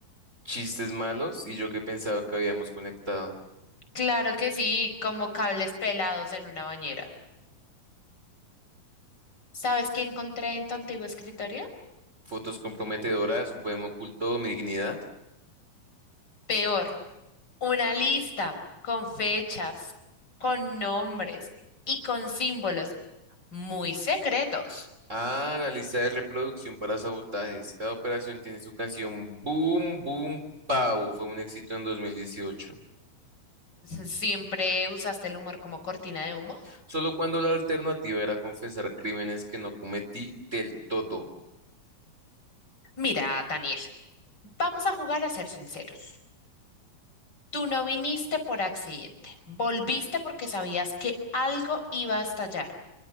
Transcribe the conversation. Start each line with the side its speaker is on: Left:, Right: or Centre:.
Right: chistes malos y yo que pensaba que habíamos conectado.
Left: Claro que sí, como cables pelados en una bañera. ¿Sabes qué encontré en tu antiguo escritorio?
Right: Fotos comprometedoras, un poema oculto, mi dignidad.
Left: Peor, una lista con fechas, con nombres y con símbolos muy secretos.
Right: Ah, la lista de reproducción para sabotajes. Cada operación tiene su canción. Boom, boom, pow. Fue un éxito en 2018.
Left: ¿Siempre usaste el humor como cortina de humo?
Right: Solo cuando la alternativa era confesar crímenes que no cometí del todo.
Left: Mira, Daniel, vamos a jugar a ser sinceros. Tú no viniste por accidente, volviste porque sabías que algo iba a estallar